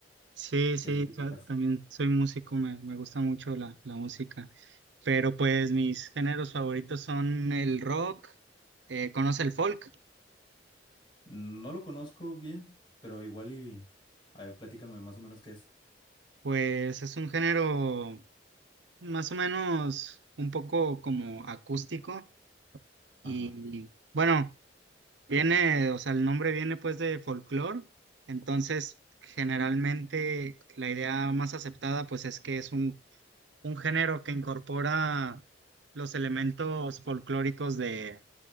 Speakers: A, on the right; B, on the left.
A: sí, sí,
B: qué es lo que
A: ta-
B: tocas?
A: también soy músico, me, me gusta mucho la, la música. Pero pues mis géneros favoritos son el rock, eh, ¿conoce el folk?
B: No lo conozco bien, pero igual y... A ver, platícame más o menos qué es.
A: Pues es un género más o menos un poco como acústico y
B: Ajá.
A: bueno, Viene, o sea, el nombre viene pues de folclore, entonces generalmente la idea más aceptada pues es que es un, un género que incorpora los elementos folclóricos de